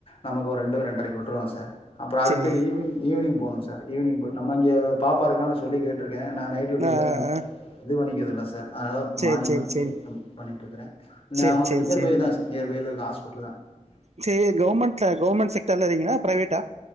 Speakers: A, on the left (about 50°); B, on the right (about 60°).
A: நமக்கு ஒரு ரெண்டு இண்டரைக்கு உட்டுருவாங் சார் அப்புற அடுத்து
B: சரி
A: evening evening phone sir evening நம்ம இங்க பாப்பா இருக்கனால சொல்லி கேட்ருக்கே நா நைட் டூட்டி
B: ஆ
A: தா
B: ஆ
A: இது பண்ணக்கதல்ல சார் அதனால
B: சரி
A: மார்னிங்
B: சரி
A: மட்டு
B: சரி
A: போய் <inaudible> பண்ணிட்ருக்கறே
B: சரி
A: நமக்கு
B: சரி
A: நியர்பை
B: சரி
A: தா நியர்பைல இருக்க ஹாஸ்பிடல் தா
B: செ கவர்மெண்ட்ல கவர்மெண்ட் செக்டர்ல இருக்கிங்களா பிரைவேட்டா